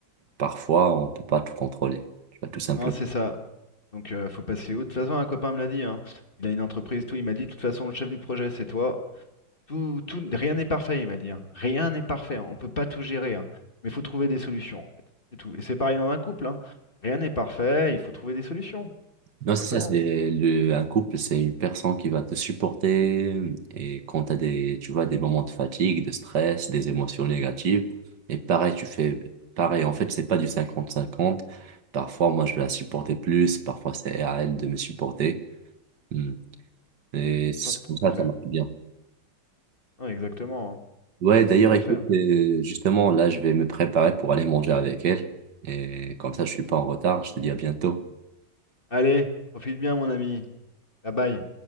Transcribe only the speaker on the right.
parfois, on peut pas tout contrôler. Tu vois, tout simplement.
Non,
c'est ça, c'est le, un couple, c'est une personne qui va te supporter euh, et quand tu as des, tu vois, des moments de fatigue, de stress, des émotions négatives, et pareil, tu fais pareil. En fait, c'est pas du cinquante cinquante Parfois, moi, je vais la supporter plus, parfois, c'est à elle de me supporter. Hmm. Et c'est
comme ça,
ça marche bien.
Ouais, d'ailleurs,
écoute,
euh, justement, là, je vais me préparer pour aller manger avec elle et comme ça, je suis pas en retard. Je te dis à bientôt.